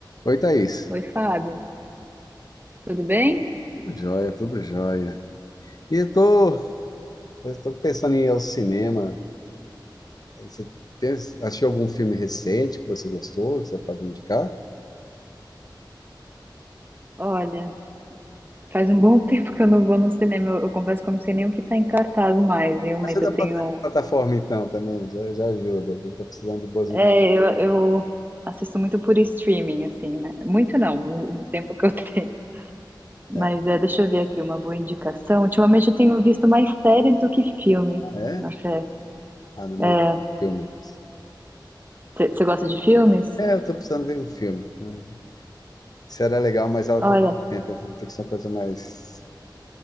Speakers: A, on the left; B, on the right.
A: Oi, Thaís.
B: Oi, Fábio. Tudo bem?
A: Tudo jóia, tudo jóia. E eu tô, eu tô pensando em ir ao cinema. Aí Você tem- assistiu algum filme recente que você gostou, que você pode indicar?
B: Olha, faz um bom <laughs> tempo que eu não vou no cinema. Eu, eu confesso que eu não sei nem o que tá em cartaz mais, viu? Mas
A: Ah, Você é da
B: eu
A: plata-
B: tenho.
A: plataforma, então, também, já, já ajuda. Eu tô precisando de boas indicações.
B: É, eu, eu assisto muito por streaming, assim, né? Muito não, no, no tempo que eu <laughs> tenho. Mas
A: É.
B: é, deixa eu ver aqui uma boa indicação. Ultimamente eu tenho visto mais séries do que filme.
A: Ah, é?
B: Até.
A: Ah, não, mas
B: É,
A: é filme.
B: você gosta de filmes?
A: É, eu tô precisando de um filme. Hum. Isso era legal, mas ela
B: Olha,
A: toma muito tempo. Tem que ser uma coisa mais...